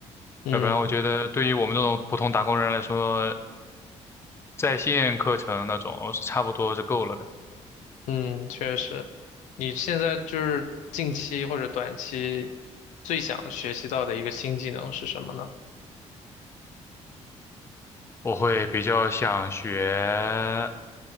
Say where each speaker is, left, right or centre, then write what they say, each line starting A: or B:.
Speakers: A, on the left (about 80°); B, on the left (about 20°).
A: 嗯
B: 要不然我觉得对于我们这种普通打工人来说，在线课程那种是差不多是够了的。
A: 嗯，确实，你现在就是近期或者短期最想学习到的一个新技能是什么呢？
B: 我会比较想学